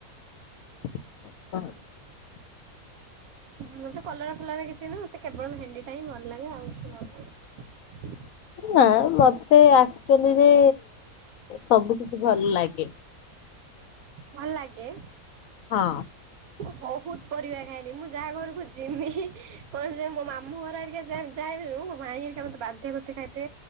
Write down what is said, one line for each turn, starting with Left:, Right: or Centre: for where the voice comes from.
Left: <inaudible>
Right: ମତେ କଲରା ଫଲରା କିଛି ନୁହଁ ମତେ କେବଳ ଭେଣ୍ଡିଟା ହିଁ ଭଲ ଲାଗେ ଆଉ କିଛି ଭଲ ଲାଗେ
Left: ନା ମତେ ଆକ୍ଚୁଆଲିରେ ସବୁ କିଛି ଭଲ ଲାଗେ।
Right: ଭଲ ଲାଗେ?
Left: ହଁ।
Right: ମୁଁ ବହୁତ ପରିବା ଖାଏନି ମୁଁ ଯାହା ଘରକୁ ଯିମି କଣ ଯେ ମୋ ମାମୁଁ ଘର ହେରିକା <inaudible> ଯାଏ <inaudible> ମୋ ମାଇଁ ହେରିକା ମତେ ବାଧ୍ୟ କରୁଥିବେ ଖାଇତେ